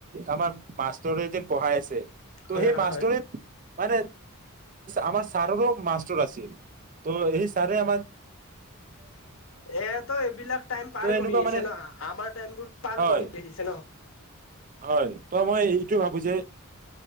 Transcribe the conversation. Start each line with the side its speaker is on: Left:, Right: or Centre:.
Right: আমাৰ মাষ্টৰে যেন পঢ়াই আছে। ত
Left: হয়
Right: সেই
Left: হয়
Right: মাষ্টৰে
Left: হয়
Right: মানে আমাৰ ছাৰৰো মাষ্টৰ আছিল। ত এই চাৰে আমাৰ
Left: এ তো এইবিলাক টাইম পাৰ
Right: ত' এনেকুৱা
Left: কৰি আহিছে
Right: মানে
Left: ন আমাৰ টাইমবোৰ পাৰ
Right: হয়
Left: কৰি আহিছে ন।
Right: হয় ত মই এইটোয়ে ভাবো যে